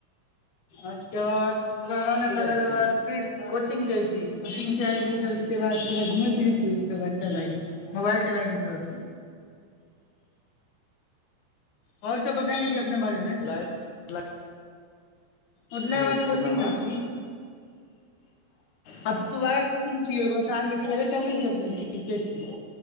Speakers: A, on the left; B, on the left.
A: आज़ के बाद खाना उना खैलाक
B: जाइ छी
A: बाद फिर कोचिंग जाइ छि कोचिंग से आइछि तऽ उसके बाद थोड़ा घूमै फिरै छी उसके बाद चल आइ छि मोबाइल चला जाइ छि थोड़ा स
B: <inaudible>
A: आओर सब बताएंगे जी अपने बारे में
B: लाइट
A: उठला
B: फिरै
A: के बाद
B: छी
A: कोचिंग
B: ओकरा
A: जाय
B: बाद
A: छि त दुबारा कोचिंग छिय शाम के खेले चल भी छ अपने क्रिकेट छी